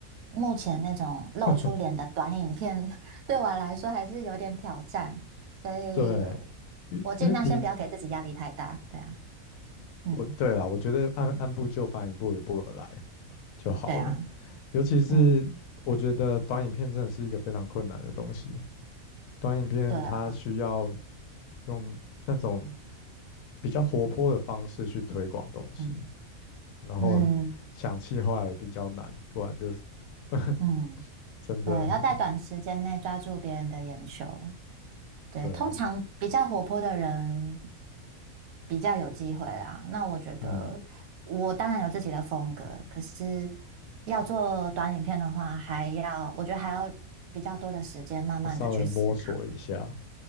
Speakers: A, on the right; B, on the left.
A: 目前那种露出脸的短影片
B: <laughs>
A: <laughs> 对我来说还是有点挑战，所以
B: 对，因因为第一，
A: 我尽量先不要给自己压力太大，对啊，嗯，
B: 我对啦，我觉得按按部就班，一步一步而来就好了。
A: 对啊，
B: 尤其是我觉得短影片真的是一个非常困难的东西，
A: 嗯，
B: 短影片它需要
A: 对啊，
B: 用那种比较活泼的方式去推广东西，
A: 嗯。
B: 然后想气话也比较难，
A: 嗯，
B: 不然就是 <laughs>
A: 嗯，
B: 真的我
A: 对，要在短时间内抓住别人的眼球。对，
B: 对啊，
A: 通常比较活泼的人比较有机会啦。那我觉得我当然有自己的风格，
B: 嗯，
A: 可是要做短影片的话，还要我觉得还要比较多的时间，慢慢的去思
B: 稍微摸索一下，